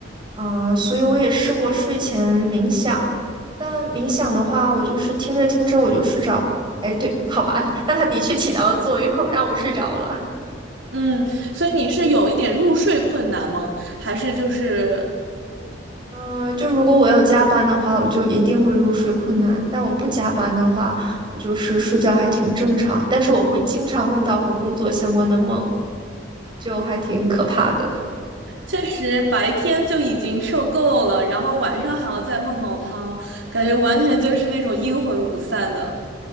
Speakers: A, on the right (about 25°); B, on the right (about 75°).
A: 嗯、所以我也试过睡前冥想，但冥想的话，我就是听着听着我就睡着，哎，对，好吧，<laughs> 但它的确起到了作用，让我睡着了。
B: 嗯，所以你是有一点入睡困难吗？还是就是
A: 嗯、就如果我要加班的话，我就一定会入睡困难，但我不加班的话，我就是睡觉还挺正常，但是我会经常梦到和工作相关的梦，就还挺可怕的。
B: 确实白天就已经受够了，然后晚上还要再梦到他，感觉完全就是那种阴魂不散的。